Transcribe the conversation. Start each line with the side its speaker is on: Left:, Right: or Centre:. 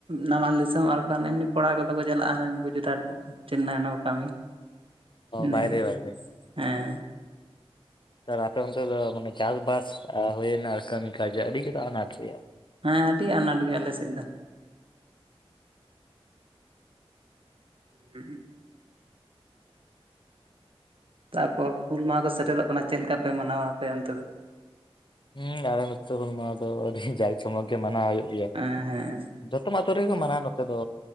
Right: ᱱᱟᱢᱟᱞ ᱫᱤᱥᱚᱢ ᱟᱨ ᱵᱟᱠᱷᱟᱱ ᱮᱢᱱᱤ ᱠᱚᱲᱟ ᱠᱚᱫᱚ ᱠᱚ ᱪᱟᱞᱟᱜ-ᱟ ᱦᱟᱱᱮ ᱜᱩᱡᱩᱨᱟᱴ ᱪᱮᱱᱱᱟᱭ ᱚᱱᱟ ᱠᱚ ᱠᱟᱢᱤ ᱤᱱᱟᱹᱜᱮ
Left: ᱵᱟᱭᱨᱮ ᱵᱟᱭᱨᱮ
Right: ᱦᱮᱸ
Left: ᱛᱟᱞᱮ ᱟᱯᱮ ᱚᱱᱛᱮ ᱫᱚ ᱢᱟᱱᱮ ᱪᱟᱥᱵᱟᱥ ᱦᱩᱭᱱᱟ ᱟᱨ ᱠᱟᱹᱢᱤ ᱠᱟᱡᱽ ᱟᱹᱰᱤ ᱜᱮᱛᱚ ᱟᱱᱟᱴ ᱨᱮᱭᱟᱜ
Right: ᱦᱮᱸ ᱟᱹᱰᱤ ᱟᱱᱟᱴ ᱜᱮᱭᱟ ᱟᱞᱮ ᱥᱮᱫ ᱫᱚ ᱦᱮᱸ <unintelligible> ᱛᱟᱨᱯᱚᱨ ᱦᱩᱞ ᱢᱟᱦᱟ ᱠᱚ ᱥᱮᱴᱮᱨᱚᱜ ᱠᱟᱱᱟ ᱪᱮᱫ ᱞᱮᱠᱟ ᱯᱮ ᱢᱟᱱᱟᱣᱟ ᱟᱯᱮ ᱚᱱᱛᱮ ᱫᱚ?
Left: ᱦᱮᱸ ᱟᱞᱮ ᱱᱚᱛᱮ ᱦᱩᱞ ᱢᱟᱦᱟ ᱫᱚ ᱟᱹᱰᱤ ᱡᱟᱠ ᱡᱚᱢᱚᱠ ᱜᱮ ᱢᱟᱱᱟᱣ ᱦᱩᱭᱩᱜ ᱜᱮᱭᱟ,
Right: ᱮ ᱦᱮᱸ
Left: ᱡᱚᱛᱚᱢ ᱟᱛᱩ ᱨᱮᱜᱮ ᱠᱚ ᱢᱟᱱᱟᱣᱟ ᱱᱚᱛᱮ ᱫᱚ